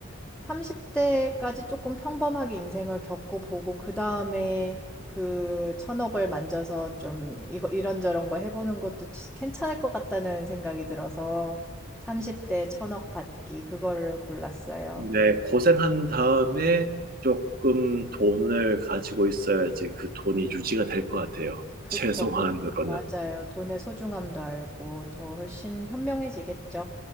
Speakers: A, in the centre; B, on the right (about 45°).
A: 30대까지 조금 평범하게 인생을 겪어보고 그 다음에 그 천억을 만져서 좀 이거 이런저런 거 해보는 것도 괜찮을 것 같다는 생각이 들어서 30대 천억 받기 그거를 골랐어요.
B: 네, 고생한 다음에 조금 돈을 가지고 있어야지 그 돈이 유지가 될 것 같아요.
A: 그쵸,
B: 최소한으로는.
A: 돈- 맞아요. 돈의 소중함도 알고 더 훨씬 현명해지겠죠.